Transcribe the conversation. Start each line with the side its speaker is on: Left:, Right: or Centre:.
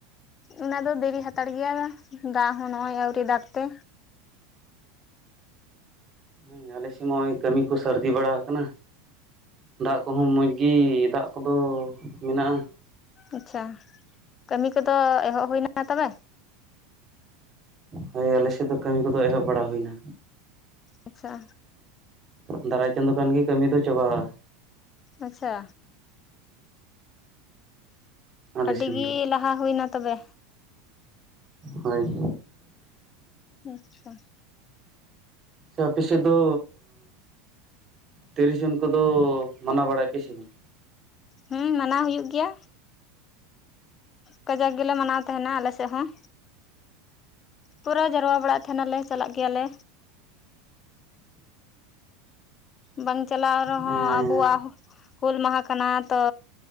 Left: ᱚᱱᱟ ᱫᱚ ᱫᱮᱨᱤ ᱦᱟᱛᱟᱲ ᱜᱮᱭᱟ ᱫᱟᱜ ᱦᱚᱸ ᱱᱚᱜ-ᱚᱭ ᱟᱣᱨᱤ ᱫᱟᱠ ᱛᱮ᱾
Right: ᱦᱮᱸ ᱟᱞᱮ ᱥᱮᱫ ᱢᱟ ᱱᱚᱜ-ᱚᱭ ᱠᱟᱹᱢᱤ ᱠᱚ ᱥᱟᱹᱨᱫᱤ ᱵᱟᱲᱟ ᱟᱠᱟᱱᱟ᱾ ᱫᱟᱜ ᱠᱚᱦᱚᱸ ᱢᱚᱡᱽ ᱜᱤ ᱫᱟᱜ ᱠᱚᱫᱚ ᱢᱮᱱᱟᱜ-ᱟ᱾
Left: ᱟᱪᱪᱷᱟ ᱠᱟᱹᱢᱤ ᱠᱚᱫᱚ ᱮᱦᱚᱵ ᱦᱩᱭᱱᱟ ᱛᱚᱵᱮ?
Right: ᱦᱳᱭ ᱟᱞᱮ ᱥᱮᱫ ᱫᱚ ᱠᱟᱹᱢᱤ ᱠᱚᱫᱚ ᱮᱦᱚᱵ ᱵᱟᱲᱟ ᱦᱩᱭᱱᱟ᱾
Left: ᱟᱪᱪᱷᱟ
Right: ᱫᱟᱨᱟᱭ ᱪᱟᱸᱫ ᱠᱷᱟᱱ ᱜᱮ ᱠᱟᱹᱢᱤ ᱫᱚ ᱪᱟᱵᱟᱜ-ᱟ
Left: ᱟᱪᱪᱷᱟ
Right: ᱟᱞᱮ
Left: ᱟᱹᱰᱤ
Right: ᱥᱮᱱ
Left: ᱜᱤ
Right: ᱫᱚ
Left: ᱞᱟᱦᱟ ᱦᱩᱭᱱᱟ ᱛᱚᱵᱮ᱾
Right: ᱦᱳᱭ
Left: ᱟᱪᱪᱷᱟ
Right: ᱟᱪᱪᱷᱟ ᱟᱯᱮ ᱥᱮᱫ ᱫᱚ ᱛᱤᱨᱤᱥ ᱡᱩᱱ ᱠᱚᱫᱚ ᱢᱟᱱᱟᱣ ᱵᱟᱲᱟᱭᱟ ᱯᱮᱥᱮ ᱵᱟᱝ?
Left: ᱦᱩᱸ ᱢᱟᱱᱟᱣ ᱦᱩᱭᱩᱜ ᱜᱮᱭᱟ᱾ ᱠᱟᱡᱟᱠ ᱜᱮᱞᱮ ᱢᱟᱱᱟᱣ ᱛᱟᱦᱮᱱᱟ ᱟᱞᱮ ᱥᱮᱫ ᱦᱚᱸ᱾ ᱯᱩᱨᱟ ᱡᱟᱨᱣᱟ ᱵᱟᱲᱟᱜ ᱛᱟᱦᱮᱱᱟᱞᱮ ᱪᱟᱞᱟᱜ ᱜᱮᱭᱟᱞᱮ᱾ ᱵᱟᱝ ᱪᱟᱞᱟᱣ ᱨᱮᱦᱚᱸ
Right: ᱦᱮᱸ
Left: ᱟᱵᱚᱣᱟᱜ ᱦᱩᱞ ᱢᱟᱦᱟ ᱠᱟᱱᱟ ᱛᱚ